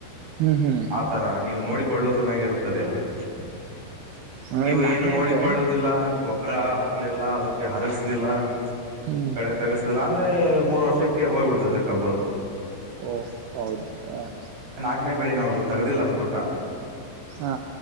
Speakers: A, on the right; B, on the right.
A: ಹ್ಮ್ ಹ್ಮ್
B: ತರ ನೀವು ನೋಡಿಕೊಳ್ಳೋದ್ರ ಮ್ಯಾಗ ಇರುತ್ತದೆ ಅದು. <inaudible>
A: ಹಂಗಾರೆ
B: ನೀವು
A: ನಾಲ್ಕನೇ
B: ಏನು ನೋಡಿಕೊಳ್ಳುವುದಿಲ್ಲ
A: ಇದ್ದ ಏನ
B: ಗೊಬ್ಬರ ಹಾಕ್ಲಿಲ್ಲ ಅದಕ್ಕೆ ಹರಗಸ್ಲಿಲ್ಲ <inaudible>
A: ಹ್ಮ್
B: ಕಳೆ ತಗಸ ಇಲ್ಲ ಅಂದ್ರೆ ಮೂರ್ ವರ್ಷಕ್ಕೆ ಹೋಗ್ಬ ಬಿಡ್ತೈದೆ ಕಬ್ಬ ಅದು.
A: ಓ ಹೌದು ಹ
B: <unintelligible> ಬೆಳಿ ನಾವು ತಗದಿಲ್ಲ ಅದ್ನ ಒಟ್ಟ
A: ಹಾ